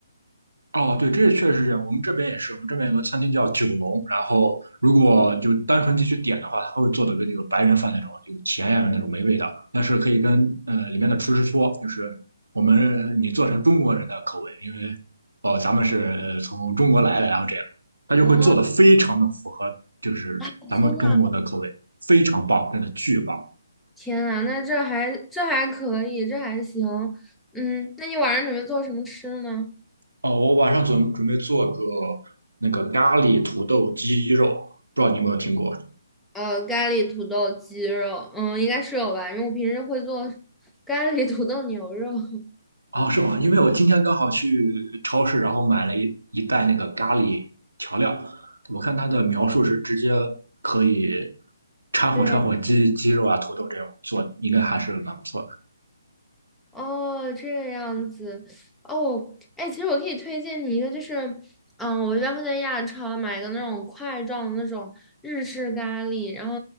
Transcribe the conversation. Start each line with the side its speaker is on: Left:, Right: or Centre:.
Right: 哦，对，这确实是这样。我们这边也是，我们这边有个餐厅叫九龙，然后如果就单纯进去点的话，
Centre: 嗯，
Right: 他会做的跟那个白人饭那种，有甜呀那种没味道，但是可以跟呃里面的厨师说，就是我们你做成中国人的口味，因为哦咱们是呃从中国来的，然后这样，他就会做的非常的符合就是咱们中国的口味，
Centre: 哦，真的啊
Right: 非常棒，真的巨棒。
Centre: 天呐，那这还这还可以，这还行。嗯，那你晚上准备做什么吃呢？
Right: 哦，我晚上准准备做个那个咖喱土豆鸡肉，不知道你有没有听过？
Centre: 呃，咖喱土豆鸡肉，嗯，应该是有吧，因为我平时会做咖喱土豆牛肉。<laughs>
Right: 哦，是吗？因为我今天刚好去超市，然后买了一一袋那个咖喱调料，我看它的描述是直接可以掺和掺和鸡鸡肉啊、
Centre: 对。
Right: 土豆这种做，应该还是蛮不错的。
Centre: 哦，这个样子哦，哎，其实我可以推荐你一个，就是，嗯，我一般会在亚超买一个那种块状的那种日式咖喱，然后